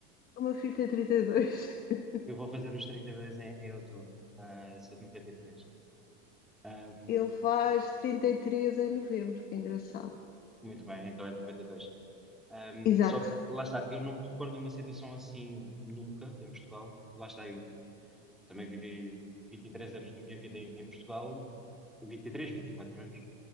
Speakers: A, on the left; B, in the centre.
A: o meu filho tem trinta e dois <laughs>
B: eu vou fazer os 32 em, em outubro. Ah, sou de 93. Ah,
A: Ele faz 33 em novembro, que é engraçado.
B: muito bem, então é de 92. Um,
A: Exato.
B: só que, lá está, eu não me recordo de uma situação assim nunca em Portugal. Lá está, eu, eu também vivi 23 anos da minha vida em, em Portugal, 23, vinte e quatro anos.